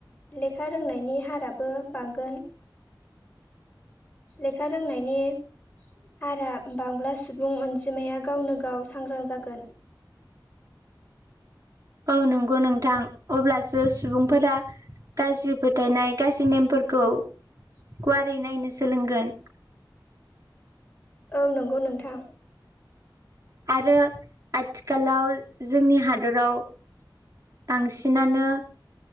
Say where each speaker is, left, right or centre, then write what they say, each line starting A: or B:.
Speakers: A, on the left (about 20°); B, on the right (about 45°).
A: लेखा रोंनायनि हाराबो बांगोन लेखा रोंनायनि हारा बांब्ला सुबुं अनजिमाया गावनो गाव सांग्रां जागोन
B: औ नंगौ नोंथां अब्लासो सुबुंफोरा गाज्रि फोथायनाय गाज्रि नेमफोरखौ गुवारै नायनो सोलोंगोन
A: औ नंगौ नोंथां
B: आरो आथि खालाव जोंनि हादराव बांसिनानो